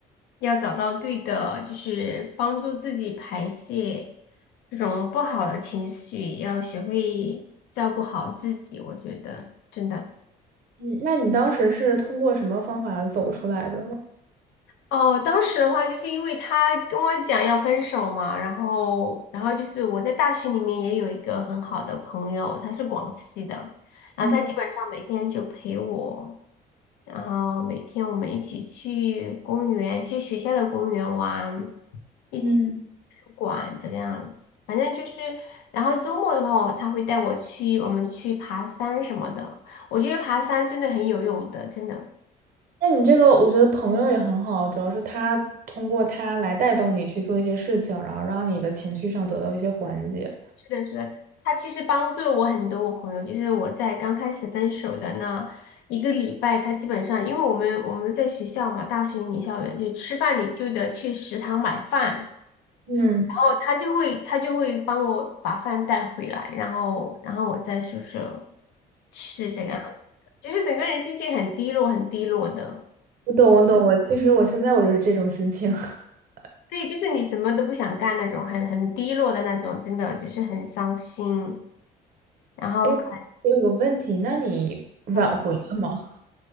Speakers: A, on the left (about 90°); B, on the right (about 55°).
A: 要找到对的，就是帮助自己排泄这种不好的情绪，要学会照顾好自己，我觉得真的。
B: 嗯，那你当时是通过什么方法走出来的呢？
A: 哦，当时的话，就是因为他跟我讲要分手嘛，然后，然后就是我在大学里面也有一个很好的朋友，他是广西的，然后他基本上每天就陪我，
B: 嗯
A: 然后每天我们一起去公园，去学校的公园玩，一起去
B: 嗯，
A: 图书馆这个样子，反正就是，然后周末的话，他会带我去，我们去爬山什么的，我觉得爬山真的很有用的，真的。
B: 那你这个我觉得朋友也很好，主要是他通过他来带动你去做一些事情，然后让你的情绪上得到一些缓解。
A: 是的，是的，他其实帮助了我很多。我朋友就是我在刚开始分手的那一个礼拜，他基本上因为我们我们在学校嘛，大学女校园就吃饭，你就得去食堂买饭，然
B: 嗯，
A: 后他就会他就会帮我把饭带回来，然后然后我在宿舍吃这个样子，就是整个人心情很低落，很低落的。
B: 我懂，我懂，我其实我现在我就是这种心情。<laughs>
A: 对，就是你什么都不想干那种，很很低落的那种，真的就是很伤心，然后可
B: 哎，我有个问题，那你挽回了吗？
A: 能